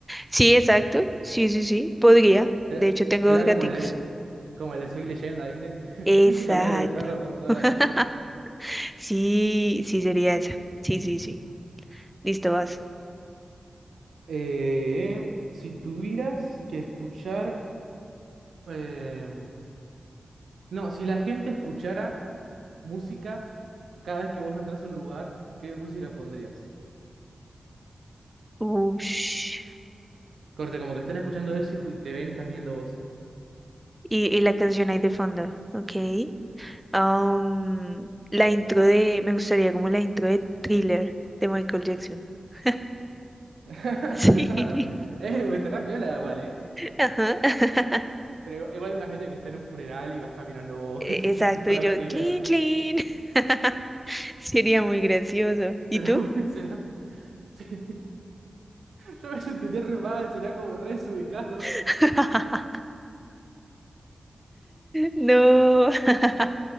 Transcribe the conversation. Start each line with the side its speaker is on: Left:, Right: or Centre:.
Centre: Sí, exacto, sí, sí, sí, podría.
Right: Será,
Centre: De hecho, tengo
Right: será
Centre: dos gaticos.
Right: como el, de- como el de Soy Leyenda, ¿viste? <laughs>
Centre: Exacto.
Right: Camina con el perro por toda la
Centre: <laughs>
Right: calle.
Centre: Sí, sí sería esa. Sí, sí, sí. Listo, vas.
Right: Eh, si tuvieras que escuchar, em, no, si la gente escuchara música cada vez que vos entras a un lugar, ¿qué música pondrías?
Centre: Ush.
Right: Corte, como que están escuchando eso y ju- te ven y estás viendo vos.
Centre: Y, y la canción ahí de fondo. Ok. Am, la intro de. Me gustaría como la intro de Thriller de Michael Jackson. <laughs>
Right: <laughs>
Centre: Sí.
Right: Se empezaban a... Eh, estarás viola igual, ¿eh?
Centre: Ajá. <laughs>
Right: Pero igual la gente que está en un funeral y vas caminando vos,
Centre: E-
Right: <laughs>
Centre: Exacto.
Right: empieza a sonar
Centre: Y yo,
Right: trailer.
Centre: clean, clean. <laughs> Sería muy gracioso.
Right: <laughs>
Centre: ¿Y
Right: Será,
Centre: tú?
Right: será... Sí. Yo me sentiré re mal, será como re desubicado.
Centre: <laughs> No. <laughs>